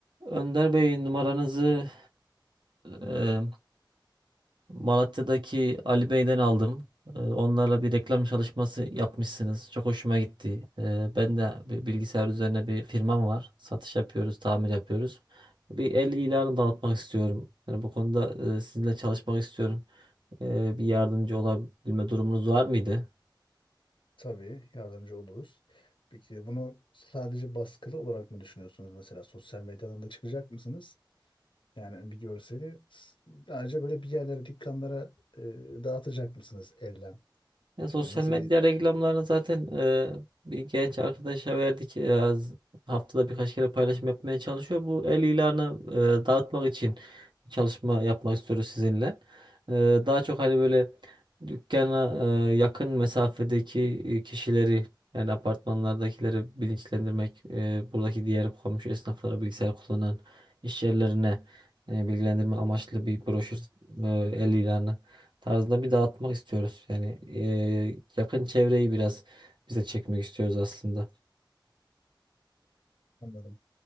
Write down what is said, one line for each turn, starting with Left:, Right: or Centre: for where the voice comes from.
Right: Önder Bey numaranızı e, Malatya'daki Ali Bey'den aldım. E, onlarla bir reklam çalışması yapmışsınız. Çok hoşuma gitti. E, ben de bir bilgisayar üzerine bir firmam var. Satış yapıyoruz, tamir yapıyoruz. Bir el ilanı dağıtmak istiyorum. Yani bu konuda e, sizinle çalışmak istiyorum. E, bir yardımcı olabilme durumunuz var mıydı?
Left: Tabii yardımcı oluruz. Peki bunu sadece baskılı olarak mı düşünüyorsunuz mesela sosyal medyadan da çıkacak mısınız? Yani bir görseli s- sadece böyle bir yerlere, dükkanlara e, dağıtacak mısınız elden?
Right: Ya sosyal
Left: Yani nasıl
Right: medya
Left: bir
Right: reklamlarını zaten e, bir genç arkadaşa verdik. E, az- haftada birkaç kere paylaşım yapmaya çalışıyor. Bu el ilanı e, dağıtmak için çalışma yapmak istiyoruz sizinle. E, daha çok hani böyle dükkana e, yakın mesafedeki e, kişileri yani apartmanlardakileri bilinçlendirmek, e, buradaki diğer komşu esnaflara bilgisayar kullanan iş yerlerine e, bilgilendirme amaçlı bir broşür e, el ilanı tarzında bir dağıtmak istiyoruz. Yani eee, yakın çevreyi biraz bize çekmek istiyoruz aslında.
Left: anladım.